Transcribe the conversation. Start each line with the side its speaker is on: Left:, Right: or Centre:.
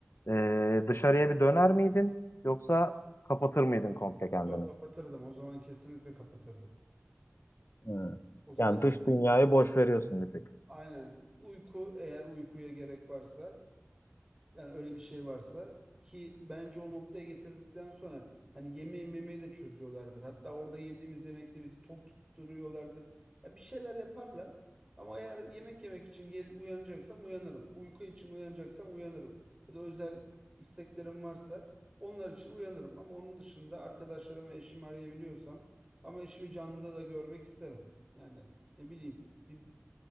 Left: e, dışarıya bir döner miydin yoksa kapatır mıydın komple kendini?
Right: yok kapatırdım. O zaman kesinlikle kapatırdım.
Left: Hmm.
Right: O zaman
Left: Yani dış dünyayı boş veriyorsun bir tık.
Right: Aynen. Uyku eğer uykuya gerek varsa yani öyle bir şey varsa ki bence o noktaya getirdikten sonra hani yemeği memeyi de çözüyorlardır. Hatta orada yediğimiz yemekte bizi tok tutturuyorlardır. Ya bir şeyler yaparlar. Ama eğer yemek yemek için gel uyanacaksam uyanırım. Uyku için uyanacaksam uyanırım. Ya da özel isteklerim varsa onlar için uyanırım. Ama onun dışında arkadaşlarım ve eşimi arayabiliyorsam ama eşimi canlıda da görmek isterim. Yani ne bileyim bir